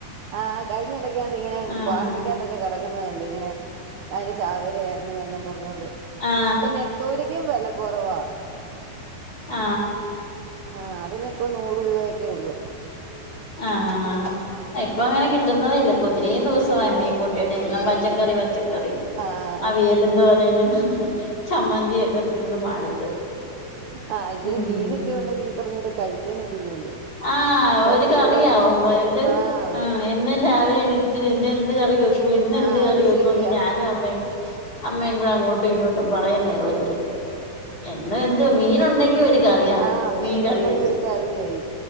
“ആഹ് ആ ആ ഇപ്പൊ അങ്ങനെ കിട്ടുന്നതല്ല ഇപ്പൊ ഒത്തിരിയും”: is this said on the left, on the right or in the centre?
Left